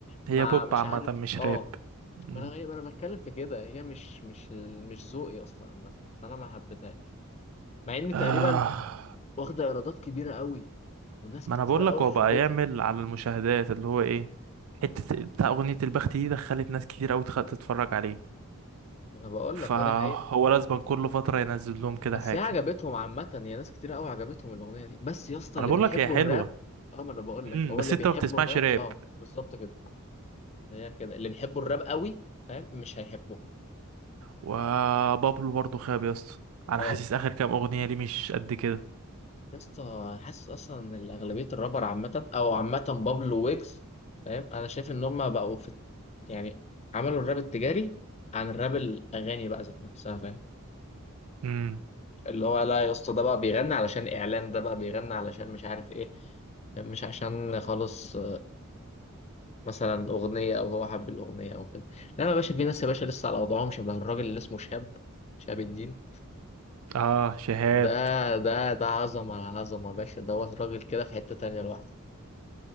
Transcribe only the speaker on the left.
مع
مش
عارف
أه
ما أنا هي ما أنا بتكلم في كده هي مش مش ال- مش ذوقي أصلا عامة فأنا ما حبيتهاش مع إن
تقريبا واخدة إيرادات كبيرة قوي وناس
كتيرة
قوي
حبتها
أنا بقول
لك أه ده حقيقة
بس
هي عجبتهم عامة هي ناس كتير قوي عجبتهم الأغنية دي بس يا اسطى
اللي
بيحبوا
الراب اه ما انا بقول
لك هو
اللي
بيحبوا
الراب
اه بالظبط كده يعني هي كده اللي بيحبوا الراب قوي فاهم مش هيحبوه
اه
يا اسطى حاسس اصلا ان اغلبية الرابر عامة او عامة بابلو ويجز فاهم انا شايف ان هم بقوا في يعني عملوا الراب التجاري عن الراب الاغاني بقى ذات نفسها فاهم
اللي هو لا يا اسطى ده بقى بيغني علشان اعلان ده بقى بيغني علشان مش عارف ايه مش عشان خالص مثلا اغنيه او هو حب الاغنيه او كده لا يا باشا في ناس يا باشا لسه على وضعهم شبه الراجل اللي اسمه شهاب شهاب الدين
ده ده ده عظمه على عظمه يا باشا ده هو راجل كده في حته تانية لوحده